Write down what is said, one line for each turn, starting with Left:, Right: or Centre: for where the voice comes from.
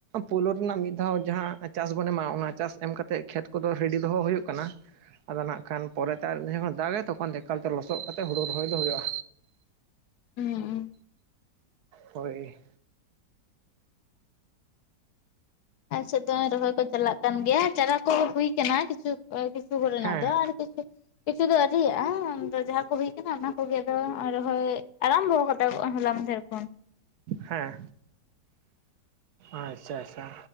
Right: ᱯᱩᱭᱭᱞᱳ ᱨᱮᱱᱟᱜ ᱢᱤᱫ ᱫᱷᱟᱣ ᱡᱟᱦᱟᱸ ᱪᱟᱥ ᱵᱚᱱ ᱮᱢᱟ ᱚᱱᱟ ᱪᱟᱥ ᱮᱢ ᱠᱟᱛᱮ ᱠᱷᱮᱛ ᱠᱚᱫᱚ ᱨᱮᱰᱤ ᱫᱚᱦᱚ ᱦᱩᱭᱩᱜ ᱠᱟᱱᱟ᱾ ᱠᱟᱱᱟ ᱟᱫᱚ ᱱᱟᱜ ᱠᱷᱟᱱ ᱯᱚᱨᱮᱛᱮ ᱡᱚᱠᱷᱚᱱ ᱫᱟᱜ ᱮ ᱛᱚᱠᱷᱚᱱ ᱮᱠᱟᱞᱛᱮ ᱞᱚᱥᱚᱫ ᱠᱟᱛᱮᱫ ᱦᱩᱲᱩ ᱨᱚᱦᱚᱭ ᱫᱚ ᱦᱩᱭᱩᱜᱼᱟ!
Left: ᱦᱩᱸᱸ
Right: ᱦᱳᱭ
Left: ᱟᱞ ᱥᱮᱫ ᱫᱚ ᱨᱚᱦᱚᱭ ᱠᱚ ᱪᱟᱞᱟᱜ ᱠᱟᱱ ᱜᱮᱭᱟ ᱪᱟᱨᱟ ᱠᱚ ᱦᱩᱭ ᱟᱠᱟᱱᱟ ᱠᱤᱪᱷᱩ ᱠᱤᱥᱩ ᱠᱚᱱᱟ
Right: ᱦᱮᱸ
Left: ᱫᱚ ᱟᱨ ᱠᱤᱪᱩ ᱠᱤᱪᱷᱩ ᱫᱚ ᱟᱹᱤᱭᱟᱜᱼᱟ ᱟ ᱡᱟᱦᱟᱸ ᱠᱚ ᱦᱩᱭ ᱟᱠᱟᱱᱟ ᱚᱱᱟ ᱠᱚᱜᱮ ᱨᱚᱦᱚᱭ ᱟᱨᱟᱢ ᱦᱚ ᱠᱟᱫᱟ ᱨᱚᱦᱚᱭ ᱮᱫᱟ, ᱦᱚᱞᱟ ᱢᱟᱦᱫᱮᱨ ᱠᱷᱚᱱ
Right: ᱦᱮᱸ ᱟᱪᱪᱷᱟ ᱟᱪᱪᱷᱟ᱾